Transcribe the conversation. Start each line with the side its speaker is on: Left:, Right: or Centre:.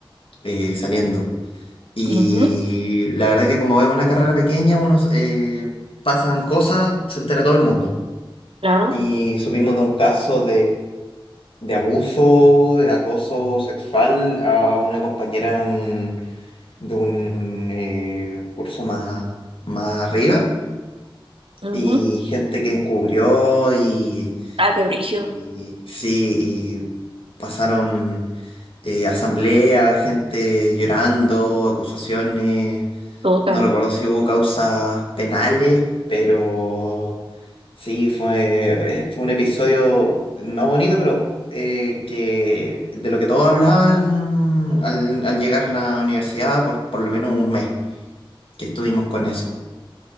Left: eh, saliendo. Y
Right: ujú,
Left: la verdad que como es una carrera pequeña, unos eh, pasan cosas, se entera todo el mundo.
Right: claro.
Left: Y supimos de un caso de abuso, de acoso sexual a una compañera de un, de un, eh, curso más, más arriba
Right: ujú.
Left: y gente que encubrió y,
Right: Ah, qué brillo.
Left: y sí, y pasaron eh, asambleas, gente llorando, acusaciones.
Right: Otra.
Left: No recuerdo si hubo causas penales, pero sí, fue, eh, fue un episodio no bonito, pero eh, que de lo que todos hablaban al, al llegar a la universidad por por lo menos un mes que estuvimos con eso.